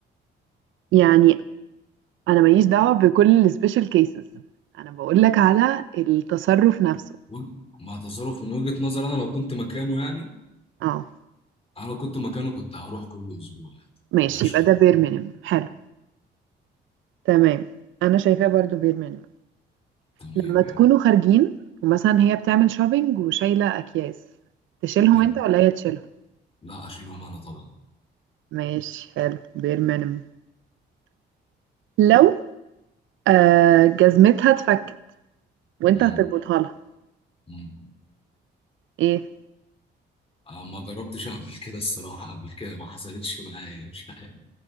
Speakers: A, on the right; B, on the left.
A: يعني انا ماليش دعوه بكل السبيشال كيسز انا بقول لك على التصرف نفسه
B: و- مع تصرف من وجهة نظر انا لو كنت مكانه يعني
A: اه
B: انا لو كنت مكانه كنت هروح كل اسبوع عادي.
A: ماشي
B: ده شايف
A: يبقى ده بير مينيمم حلو تمام انا شايفاه برضو بير مينيمم
B: تمام
A: لما تكونوا
B: حلو
A: خارجين ومثلا هي بتعمل شوبينج وشايله اكياس تشيلهم
B: حلو
A: انت ولا هي تشيلهم
B: لا اشيلهم انا طبعا
A: ماشي حلو بير مينيمم لو آه جزمتها اتفكت وانت
B: مم.
A: هتربطها لها
B: مم.
A: ايه
B: أنا ما جربتش اعمل كده الصراحه قبل كده ما حصلتش معايا مش عارف